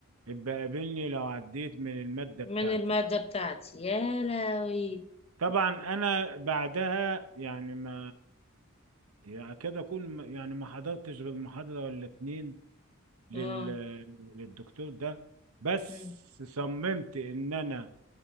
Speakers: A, on the right; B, on the left.
A: ابقى قابلني لو عديت من المادة
B: من
A: بتاعتي
B: المادة بتاعتي يا لهوي
A: طبعا انا بعدها يعني ما يعني اكاد اكون م- يعني ما حضرتش غير محاضرة ولا اتنين لل...
B: اه
A: للدكتور ده بس
B: مم.
A: صممت ان انا